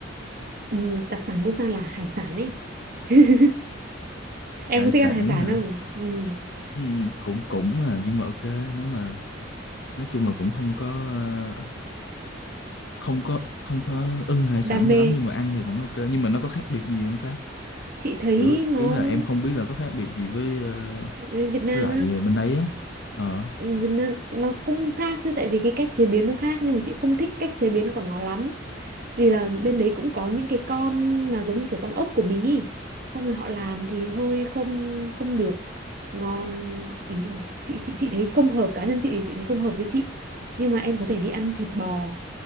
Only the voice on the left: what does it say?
hải
sản
hả
ừ, cũng cũng mà nhưng mà ok nếu mà nói chung là cũng không có ờ, không có không có ưng hải sản
cho lắm nhưng mà ăn thì vẫn ok nhưng mà nó có khác biệt gì không ta
kiểu
ý là em không biết là có khác biệt gì với ờ,
với lại
ờ, bên ấy á ờ